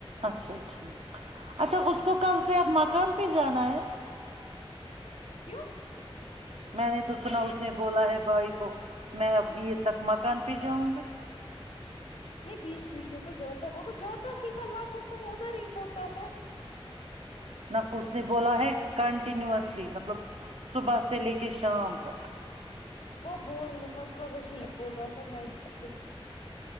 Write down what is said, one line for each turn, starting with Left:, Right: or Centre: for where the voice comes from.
Right: اچھا ٹھیک اچھا اس کو کل سے اب مکن پہ جانا ہے
Left: کیوں
Right: میں نے تو سنا اس نے بولا ہے بھائی کو میں اب یہ تک مکان پجگ <unintelligible>
Left: نہیں بیچ بیچ میں تو جاتا وہ تو جاتا ہی ہے لگ بھگ تو وہ ادھر ہی ہوتا ہے
Right: نہ اس نے بولا ہے کنٹینوسلی مطلب صبح سے لے کے شام تک
Left: وہ بول رہا تھا وہی بول رہا تھا میں <inaudible>